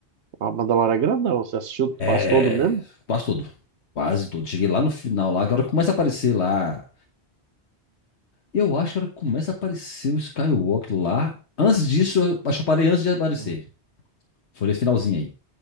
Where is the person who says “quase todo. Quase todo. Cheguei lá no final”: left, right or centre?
Left